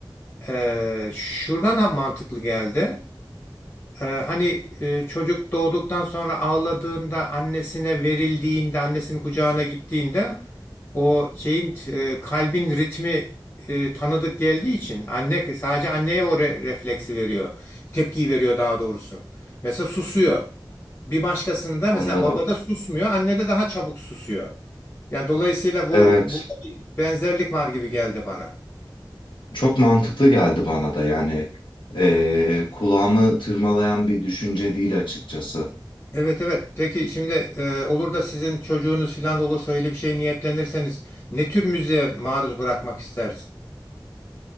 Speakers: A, on the left; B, on the left.
A: Ee, şuradan da mantıklı geldi. Ee, hani e, çocuk doğduktan sonra ağladığında annesine verildiğinde annesinin kucağına gittiğinde o şeyin e, kalbin ritmi e, tanıdık geldiği için anne sadece anneye o re- refleksi veriyor. Tepkiyi veriyor daha doğrusu. Mesela susuyor. Bir başkasında
B: Anladım.
A: mesela babada susmuyor, annede daha çabuk susuyor. Yani dolayısıyla bu,
B: Evet,
A: bu bir benzerlik var gibi geldi bana.
B: çok mantıklı geldi bana da yani eee, kulağımı tırmalayan bir düşünce değil açıkçası.
A: Evet evet. Peki şimdi e, olur da sizin çocuğunuz falan olursa öyle bir şey niyetlenirseniz ne tür müziğe maruz bırakmak istersin?